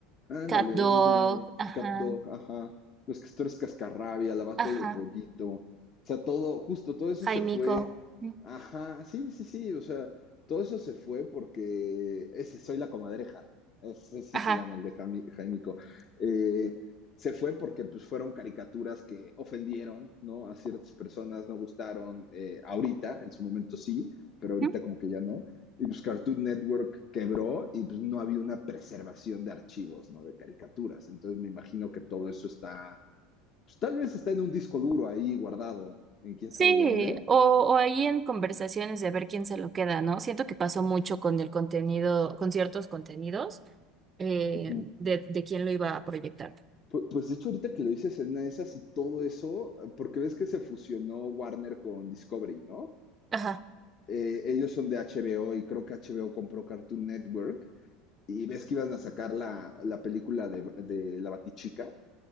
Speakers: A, on the left; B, on the right.
A: Ándale,
B: Cat Dog,
A: de, de, de
B: ajá,
A: Cat Dog, ajá. Los castores cascarrabia, la vaca
B: ajá,
A: y el pollito. O sea, todo, justo todo eso
B: Jaimico,
A: se fue.
B: mm,
A: Ajá, sí, sí, sí. O sea, todo eso se fue porque ese soy la comadreja. Ese sí
B: ajá.
A: se llama el de Jami- Jaimico. Eh, se fue porque pues fueron caricaturas que ofendieron, ¿no? A ciertas personas no gustaron. eh, ahorita, en su momento sí, pero ahorita
B: mm,
A: como que ya no. Y pues Cartoon Network quebró y pues no había una preservación de archivos, ¿no? De caricaturas. Entonces me imagino que todo eso está, pues tal vez está en un disco duro ahí guardado, en quién
B: Sí,
A: sabe dónde.
B: o, o ahí en conversaciones de ver quién se lo queda, ¿no? Siento que pasó mucho con el contenido, con ciertos contenidos eh,
A: <laughs>
B: de, de quién lo iba a proyectar.
A: Pues, pues de hecho ahorita que lo dices en una de esas y todo eso, porque ves que se fusionó Warner con Discovery, ¿no?
B: Ajá.
A: Eh, ellos son de HBO y creo que HBO compró Cartoon Network y ves que iban a sacar la, la película de, de la Batichica